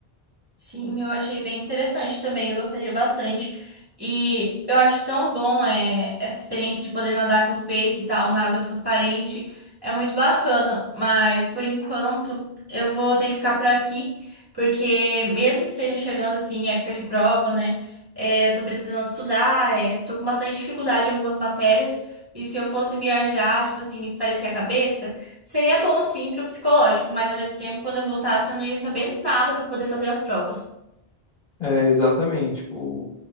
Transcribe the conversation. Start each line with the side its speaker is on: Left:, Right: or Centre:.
Right: Sim, eu achei bem interessante também, eu gostaria bastante. E eu acho tão bom é, essa experiência de poder nadar com os peixes e tal, na água transparente. É muito bacana, mas por enquanto eu vou ter que ficar por aqui, porque mesmo que seja chegando assim, em época de prova, né? é, eu tô precisando estudar, é, tô com bastante dificuldade em algumas matérias. E se eu fosse viajar, tipo assim, espairecer a cabeça. Seria bom, sim, pro psicológico, mas ao mesmo tempo, quando eu voltasse, eu não ia saber nada para poder fazer as provas.
Left: É, exatamente, tipo,